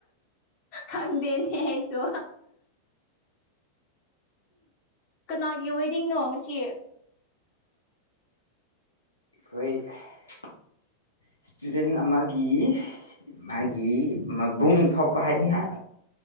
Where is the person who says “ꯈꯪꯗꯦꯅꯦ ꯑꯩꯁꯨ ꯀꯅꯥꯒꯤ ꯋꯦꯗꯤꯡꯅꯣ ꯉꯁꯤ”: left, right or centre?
Left